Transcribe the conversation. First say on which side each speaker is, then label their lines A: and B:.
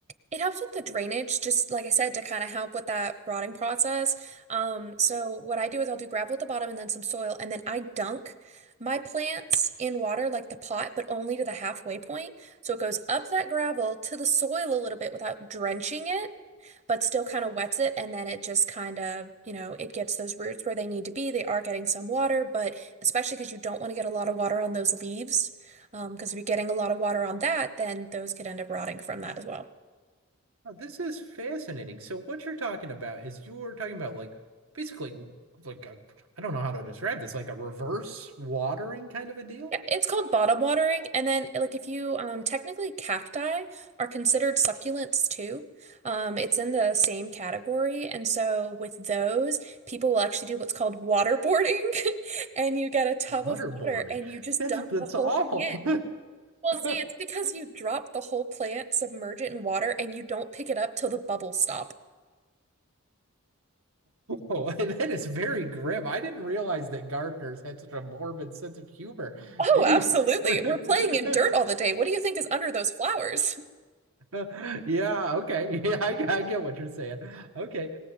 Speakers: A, on the right; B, on the right.
A: It helps with the drainage, just like I said, to kind of help with that rotting process. Um, so what I do is I'll do gravel at the bottom and then some soil, and then I dunk my plants in water like the pot, but only to the halfway point. So it goes up that gravel to the soil a little bit without drenching it but still kind of wets it. And then it just kind of, you know, it gets those roots where they need to be. They are getting some water, but especially because you don't want to get a lot of water on those leaves. Um, because if you're getting a lot of water on that, then those could end up rotting from that as well.
B: Oh, this is fascinating. So what you're talking about is you're talking about like basically like I I don't know how to describe this, like a reverse watering kind of a deal?
A: Yeah, it's called bottom watering. And then, like, if you um, technically cacti are considered succulents too, um, it's in the same category. And so, with those, people will actually do what's called waterboarding, <laughs> and you get a tub
B: Waterboarding.
A: of water and you just
B: That's
A: dump
B: that's
A: the whole
B: awful.
A: thing in. Well, see,
B: <laughs>
A: it's because you drop the whole plant, submerge it in water, and you don't pick it up till the bubbles stop.
B: Oh, and that is very grim. I didn't realize that gardeners had such a morbid sense of humor.
A: Oh,
B: Jeez.
A: absolutely.
B: <laughs>
A: We're playing in dirt all the day. What do you think is under those flowers? <laughs>
B: Yeah, okay. Yeah, I, I get what you're saying. Okay.